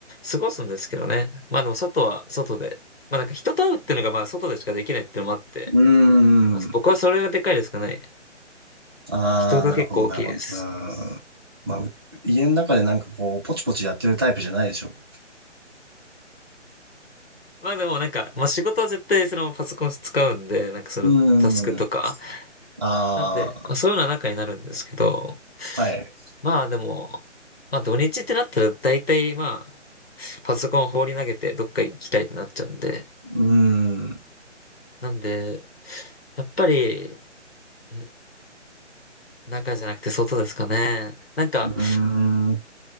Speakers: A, on the left (about 55°); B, on the right (about 20°).
A: 過ごすんですけどね。まあでも外は外で。まあなんか人と会うっていうのがまあ外でしかできないっていうのもあって、
B: うーん。
A: まあ、僕はそれがでかいですかね。
B: ああ、
A: 人が結構大きいです。
B: なるほど、なるほど。うーん。まあ、う家の中でなんかこう、ポチポチやってるタイプじゃないでしょ。
A: まあでもなんか、まあ仕事は絶対そのパソコン使うんで、なんかそのタスクとか、
B: うーん。あ
A: なんで、まあ、そういうような中になるんですけど、
B: あ、はい。
A: まあでも、まあ土日ってなったら大体まあ、パソコン放り投げてどっか行きたいってなっちゃうんで、
B: うーん。
A: なんで、やっぱり、うん中じゃなくて外ですかね。なんか、
B: うーん。